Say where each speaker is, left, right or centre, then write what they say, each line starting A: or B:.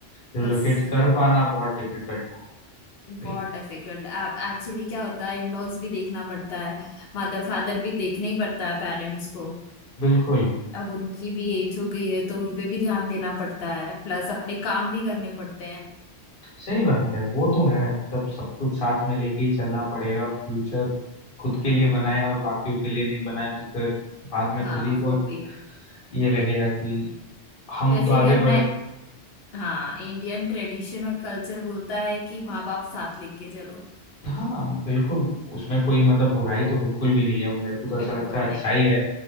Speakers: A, on the left; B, on the left.
A: रिलोकेट
B: बस
A: कर पाना बहुत डिफिकल्ट हो गई
B: बहुत डिफिकल्ट आप एक्चुअली क्या होता है इन लॉज भी देखना पड़ता है मदर फादर भी देखना ही पड़ता है पेरेंट्स को
A: बिल्कुल
B: अब उनकी भी एज हो गई है तो उन पे भी ध्यान देना पड़ता है प्लस अपने काम भी करने पड़ते हैं
A: सही बात है वो तो है मतलब सब कुछ साथ में लेके ही चलना पड़ेगा फ्यूचर खुद के लिए बनाए और बाकियों के लिए नहीं बनाए तो फिर बाद में
B: हाँ
A: खुद ही को
B: वो
A: एक
B: भी
A: ये लगेगा कि हम
B: वैसे
A: तो आगे
B: भी अपना
A: बढ़
B: हाँ इंडियन ट्रेडिशन और कल्चर बोलता है कि माँ बाप साथ लेके चलो
A: हाँ बिल्कुल उसमें कोई मतलब बुराई तो बिल्कुल भी नहीं है मेरे को तो ऐसा
B: बिल्कुल
A: लगता है अच्छा
B: नहीं
A: ही
B: है
A: है